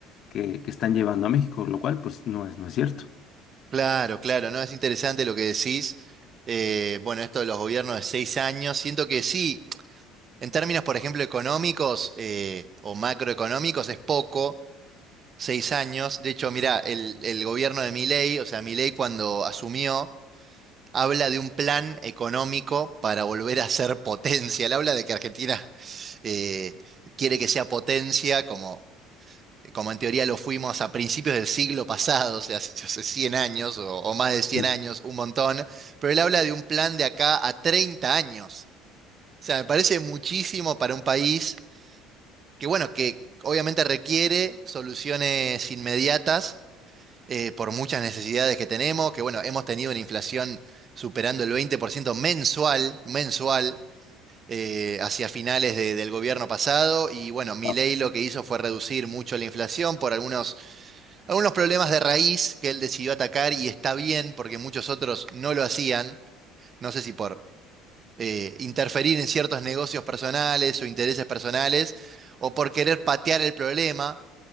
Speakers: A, on the left; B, on the right.
A: que, que están llevando a México, lo cual pues no es, no es cierto.
B: claro, claro, ¿no? Es interesante lo que decís. Eh, bueno, esto de los gobiernos de seis años, siento que sí, en términos, por ejemplo, económicos eh, o macroeconómicos, es poco, seis años. De hecho, mirá, el, el gobierno de Milei, o sea, Milei cuando asumió, habla de un plan económico para volver a ser potencia. Él habla de que Argentina... eh, quiere que sea potencia, como eh, como en teoría lo fuimos a principios del siglo pasado, o sea, hace hace 100 años o, o más de cien
A: Sí.
B: años, un montón, pero él habla de un plan de acá a 30 años. O sea, me parece muchísimo para un país que, bueno, que obviamente requiere soluciones inmediatas eh, por muchas necesidades que tenemos, que, bueno, hemos tenido una inflación superando el 20% mensual, mensual. eh, hacia finales de- del gobierno pasado y bueno, Milei
A: Ah,
B: lo que hizo fue reducir mucho la inflación por algunos algunos problemas de raíz que él decidió atacar y está bien porque muchos otros no lo hacían, no sé si por eh, interferir en ciertos negocios personales o intereses personales, o por querer patear el problema,